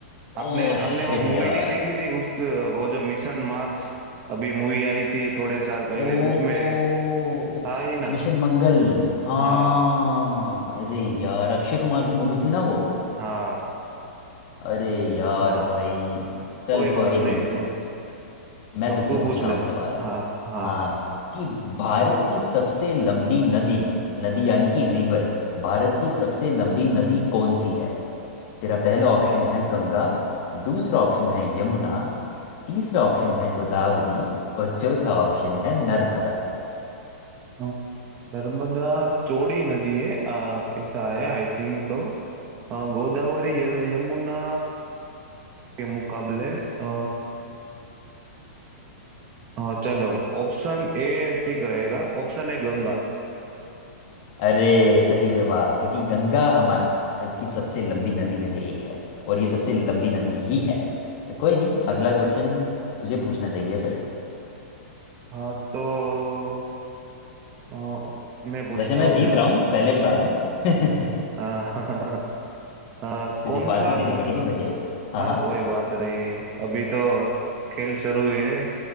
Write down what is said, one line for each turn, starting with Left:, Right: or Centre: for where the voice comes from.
Right: आपने
Left: ओ
Right: आपने
Left: शिट
Right: वो मूवी
Left: यार
Right: नहीं देखी थी उस वो जो मिशन मार्स अभी मूवी आई थी थोड़े साल पहले
Left: ओ
Right: उसमें था ही ना
Left: मिशन मंगल हाँ
Right: हाँ
Left: अरे यार अक्षय कुमार की मूवी थी ना वो
Right: हाँ
Left: अरे यार
Right: हाँ
Left: भाई चल
Right: कोई
Left: कोई
Right: बात नहीं
Left: नहीं
Right: सर
Left: मैं
Right: अब
Left: तुझसे
Right: तू
Left: पूछता
Right: पूछ ले
Left: हूँ अब सवाल
Right: हाँ हाँ
Left: हाँ कि भारत की सबसे लंबी नदी नदी यानी कि रिवर भारत की सबसे लंबी नदी कौन सी है तेरा पहला ऑप्शन है गंगा दूसरा ऑप्शन है यमुना तीसरा ऑप्शन है गोदावरी और चौथा ऑप्शन है नर्मदा
Right: हाँ, नर्मदा चौड़ी नदी है आ, ऐसा है आई थिंक तो अ, गोदावरी यम- यमुना के मुकाबले आ, हाँ चलो ऑप्शन ए ठीक रहेगा Option A Ganga
Left: अरे सही जवाब क्योंकि गंगा हमारे भारत की सबसे लंबी नदी में से एक है और ये सबसे लंबी नदी ही है तो कोई नहीं अगला क्वेश्चन तुझे पूछना चाहिए फिर
Right: हाँ तो अ, मैं पूछता
Left: वैसे मैं
Right: हूँ
Left: जीत
Right: चलो
Left: रहा हूँ पहले बता दूं <laughs>
Right: अ, <laughs> अ,
Left: तुझे
Right: कौन
Left: पार्टी
Right: सा
Left: देनी पड़ेगी मुझे हाँ
Right: हाँ कोई बात नहीं अभी तो खेल शुरू हुई है